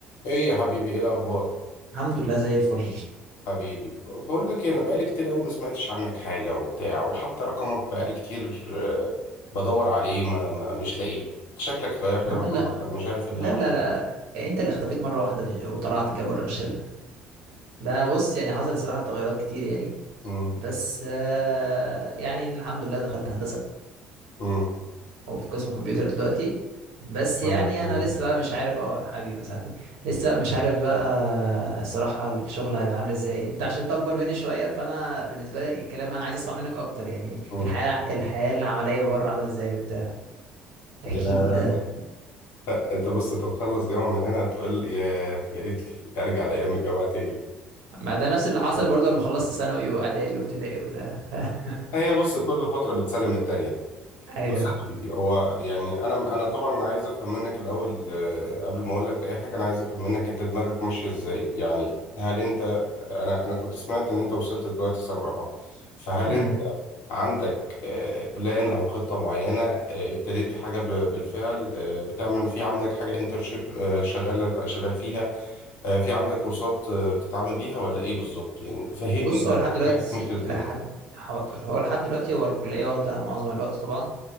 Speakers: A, on the left; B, on the right.
A: ايه يا حبيبي ايه الاخبار
B: الحمد لله زي الفل
A: حبيبي ب- بقول لك إيه، انا بقالي كتير قوي ما سمعتش عنك حاجه وبتاع وحتى رقمك بقالي كتير آه، بدور عليه ما, ما مش لاقيه شكلك غيرت
B: ما
A: رقمك
B: انت لا
A: ولا مش عارف ايه
B: لا
A: اللي حصل
B: لا لا انت اللي اختفيت مره واحده في وطلعت كده بره الشله ده بص يعني حصل الصراحه تغيرات كتير يعني
A: امم
B: بس آه، يعني الحمد لله دخلت هندسه
A: امم
B: او في قسم كمبيوتر دلوقتي بس
A: ولا
B: يعني
A: الدنيا
B: انا لسه بقى مش عارف اه حبيبي يا صاحبي لسه مش عارف بقى الصراحه الشغل هيبقى عامل ازاي انت عشان انت اكبر مني شويه فانا بالنسبه لي الكلام انا عايز اسمع منك اكتر يعني
A: مم.
B: الحياه الحياه العمليه بره عامله ازاي وبتاع احكي
A: يا-
B: لي كده
A: انت بص تتخلص جامعه من هنا تقول يا يا ريت ارجع لايام الجامعه تاني
B: ما ده نفس اللي حصل برضه لما خلصت ثانوي واعدادي وابتدائي وبتاع <laughs>
A: هي بص كل فتره بتسلم التانيه
B: ايوه
A: بص يا حبيبي هو يعني انا انا طبعا عايز افهم منك الاول آه، قبل ما اقول لك اي حاجه انا عايز افهم منك انت دماغك ماشيه ازاي يعني هل انت انا انا كنت سمعت ان انت وصلت دلوقتي سنه رابعه فهل
B: امم
A: انت عندك آه، بلان او خطه معينه آه، ابتديت في حاجه ب- بالفعل آه، بتعمل في عندك حاجه انترشيب شغال شغال فيها آه، في عندك كورسات آه، بتتعامل بيها ولا ايه بالظبط يعني فهمني
B: بص
A: انت
B: هو لحد دلوقتي
A: حياتك ماشيه ازاي
B: لحد حاضر هو لحد دلوقتي هو الكليه واخده معظم الوقت طبعا